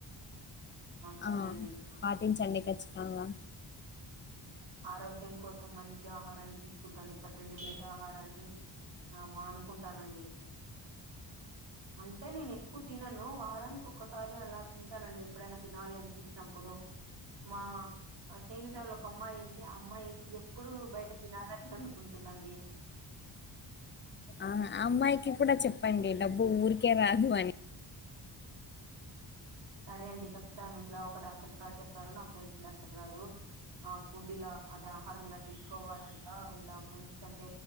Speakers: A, on the right; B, on the left.
A: సరే
B: ఆ
A: అండి
B: పాటించండి కచ్చితంగా
A: ఆరోగ్యం కోసం మంచి ఆహారాన్ని తీసుకుంటాను ఇప్పటి నుండి బయట ఆహారాన్ని ఆ మానుకుంటానండి అంటే నేను ఎక్కువ తినను వారానికి ఒక్కసారి అలా తింటానండి ఎప్పుడైనా తినాలి అనిపించినప్పుడు మా స్నేహితురాలు ఒకమ్ అమ్మాయి ఉంది అమ్మాయి ఐతే ఎప్పుడు బయట తినాలని అనుకుంటుందండి
B: ఆ అమ్మాయికి కూడా చెప్పండి డబ్బు ఊరికే రాదు అని
A: సరే అండి చెప్తాను ఇట్లా ఒక డాక్టర్ గారు చెప్పారు నాకు తెలిసిన డాక్టర్ గారు ఆ ఫుడ్ ఇలా అదే ఆహారం ఇలా తీసుకోవాలంట ఇలా మం గంటే